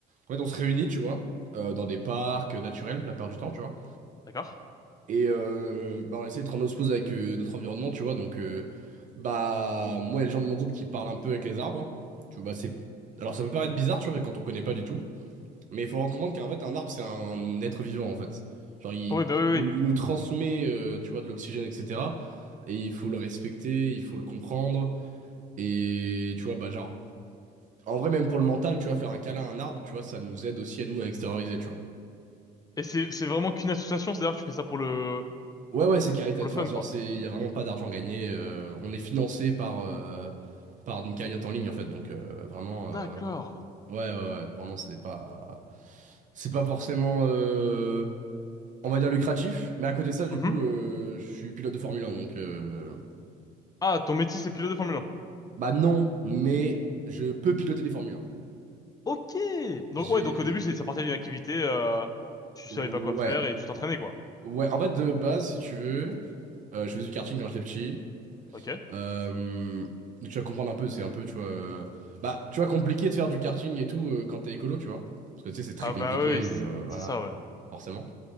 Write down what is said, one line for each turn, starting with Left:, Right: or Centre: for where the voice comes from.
Right: En fait, on se réunit, tu vois, euh, dans des parcs euh, naturels, la plupart du temps, tu vois.
Left: D'accord.
Right: Et euh, bah, on essaie d'être en osmose avec euh, notre environnement, tu vois. Donc, euh, bah, moi, il y a les gens de mon groupe qui parlent un peu avec les arbres. hein. Tu vois, bah, c'est. Alors, ça peut paraître bizarre, tu vois, quand on connaît pas du tout. Mais il faut en comprendre qu'en fait, un arbre, c'est un être vivant, en fait. Genre, il,
Left: Ah oui, bah oui,
Right: il nous,
Left: oui.
Right: il nous transmet, euh, tu vois, de l'oxygène, etc. Et il faut le respecter, il faut le comprendre. Et, tu vois, bah, genre. En vrai, même pour le mental, tu vois, faire un câlin à un arbre, tu vois, ça nous aide aussi à nous à extérioriser, tu vois.
Left: Et c'est, c'est vraiment qu'une association, c'est-à-dire que tu fais ça pour le,
Right: Ouais, ouais, c'est caritatif.
Left: pour le fun,
Right: Enfin,
Left: quoi.
Right: genre, c'est, il y a vraiment pas d'argent gagné. euh, on est financé par, euh, par une cagnotte en ligne, en fait. Donc, euh, vraiment,
Left: D'accord.
Right: euh, ouais, ouais, ouais, vraiment, c'est pas, c'est pas forcément, euh, on va dire lucratif. Mais à côté de ça, du
Left: Mhm.
Right: coup, euh, je suis pilote de Formule 1, donc, euh,
Left: Ah, ton métier, c'est pilote de Formule
Right: bah non, mais je peux piloter des Formule 1.
Left: Ok. Donc
Right: J'ai,
Left: ouais, donc au début c'est ça partait d'une activité, euh, tu
Right: ouais,
Left: savais pas quoi faire et tu t'entraînais quoi.
Right: ouais. En fait, de base, si tu veux, euh, je faisais du karting quand j'étais petit.
Left: Ok.
Right: Euh, donc tu vas comprendre un peu, c'est un peu, tu vois. euh, Bah, tu vois, compliqué de faire du karting et tout euh, quand t'es écolo, tu vois. Parce que tu sais, c'est très
Left: Ah
Right: compliqué,
Left: bah oui, oui, c'est
Right: niveau, voilà,
Left: c'est ça
Right: euh,
Left: ouais.
Right: forcément.